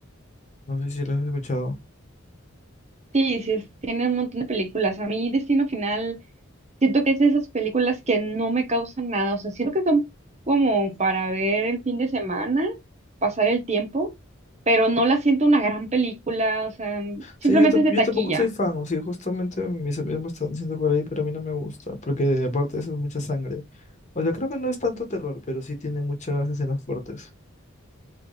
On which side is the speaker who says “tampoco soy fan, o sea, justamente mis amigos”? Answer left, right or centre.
Left